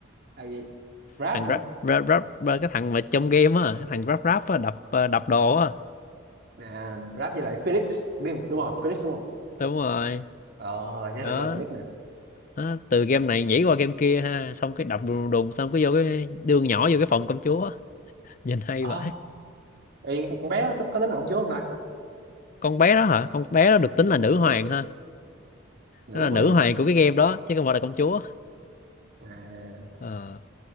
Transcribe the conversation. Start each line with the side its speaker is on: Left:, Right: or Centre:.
Right: là gì rap
Left: thằng Grab,
Right: hả
Left: Grab, Grab, Grab- cái thằng mà trong game á cái thằng Grab Grab á đập ờ, đập đồ á
Right: à, rap với lại Felix biết đúng rồi Felix đúng không
Left: đúng rồi
Right: ờ nhớ
Left: đó.
Right: được tên Felix nè
Left: đó từ game này nhảy qua game kia ha xong cái đập đùng đùng xong cái vô cái đường nhỏ vô cái phòng công chúa á. nhìn hay
Right: ờ
Left: vậy
Right: thì con bé có, có tính là công chúa không ta
Left: con bé đó hả con bé đó được tính
Right: ừ,
Left: là nữ
Right: bé
Left: hoàng ha
Right: nữ
Left: nó là
Right: hoàng
Left: nữ hoàng của cái game đó chứ không phải là công chúa
Right: à
Left: Ờ,